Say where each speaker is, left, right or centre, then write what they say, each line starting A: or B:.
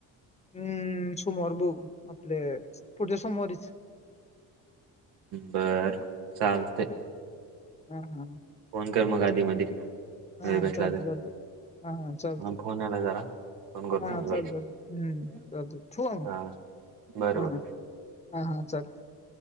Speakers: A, on the left (about 15°); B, on the right (about 85°).
A: हम्म सोमवार ब आपल्या पुढच्या सोमवारीच.
B: बरं चालतयं.
A: हम्म हम्म.
B: फोन कर मग आधी म
A: हा
B: वेळ भेटला
A: चालते
B: तर
A: चालते हा हा चालते
B: म फोन यायलाय जरा. फोन करतो
A: हा
B: मी
A: चालत
B: बर
A: चालत हम्म चालत ठेवू का मग
B: हा बरोबर.
A: हा हा हा हा चाल.